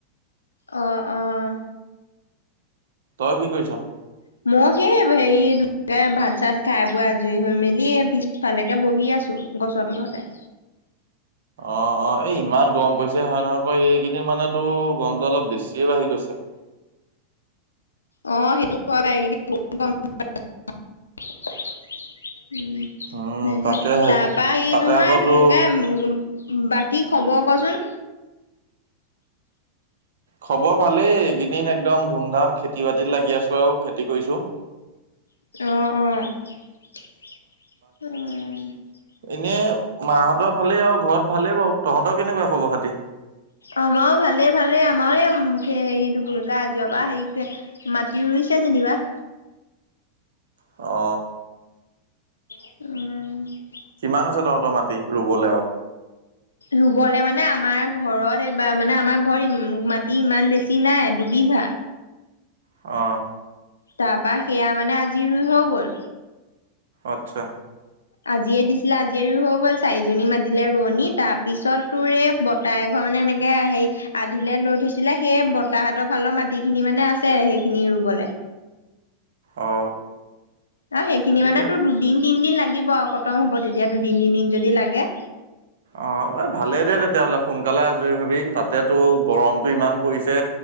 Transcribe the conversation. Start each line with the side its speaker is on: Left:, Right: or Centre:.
Left: অ', অ',
Right: তই কি কৰিছ?
Left: <inaudible> মই সেই হেৰি <unintelligible> ভাত-চাত খাই বৈ আজৰি হৈ মেলি এ পিছফালেকে বহি আছোঁ। গছৰ তলতে।
Right: অ', অ', এই ইমান গৰম পৰিছে হয় নহয় ক' এইকেইদিন মানে তো গৰমটো অলপ বেছিয়ে বাঢ়ি গৈছে।
Left: অ, সেইটো কোৱা নাই <unintelligible> <unintelligible> উম, সনেকে
Right: উম তাকেহে
Left: তাৰপা এই
Right: তাতে
Left: নহয়
Right: আকৌ
Left: কি
Right: তো
Left: বুলি কয় বাকী খবৰ কচোন?
Right: খবৰ ভালেই এইকেইদিন একদম ধুমধাম খেত খেতি বাতিত লাগি আছো আৰু খেতি কৰিছো।
Left: অ', অ', অ',
Right: এনেই মাহঁতৰ ভালেই আৰু ঘৰত ভালেই বাৰু তহঁতৰ কেনেকুৱা খবৰ খাতি?
Left: আমাৰো ভালেই ভালেই আমাৰো ওম খে দুবুলেকা আজি পা সেই কে মাটি ৰুইছে যেনিবা।
Right: অ।
Left: উম।
Right: কিমান আছে তহঁতৰ মাটি ৰুবলৈ আও?
Left: ৰুবলৈ মানে আমাৰ ঘৰত এইবাৰ মানে আমাৰ ঘৰত মাটি ইমান বেছি নাই দুবিঘা।
Right: অ।
Left: তা পা সেয়া মানে আজি ৰুই হৈ গ'ল।
Right: অত্চ্ছা।
Left: আজিয়ে দিছিলে আজিয়ে ৰুই হৈ গ'ল চাৰিজনী মাতিলে ৰোৱনী তাৰপিছত তোৰ এই বত- তাই ঘৰ মানে এনেকে সেই আধিলে লৈ থৈছিলে সেই বতাহতৰ ফালৰ মাটি খিনি মানে আছে সেইখিনি ৰুবলে।
Right: অ।
Left: অ সেইখিনি
Right: ঠিকে
Left: মানে
Right: আছে।
Left: তোৰ দুদিন তিনদিন লাগিব আৰু খতম হব তেতিয়া দুদিন তিনদিন যদি লাগে।
Right: অ এই ভালেই দে তেতিয়াহ'লে সোনকালে আজৰি হবি তাতেতো গৰমটো ইমান পৰিছে।